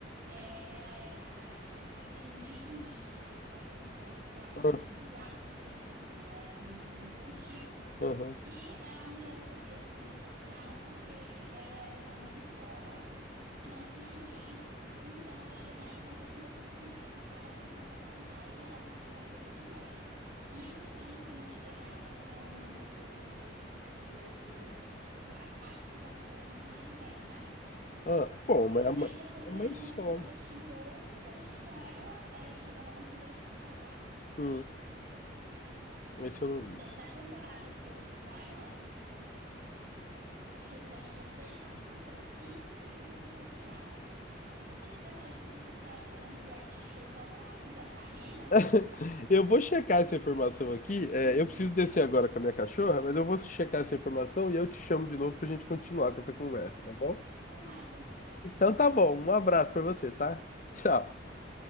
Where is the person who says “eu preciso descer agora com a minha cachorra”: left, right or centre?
Left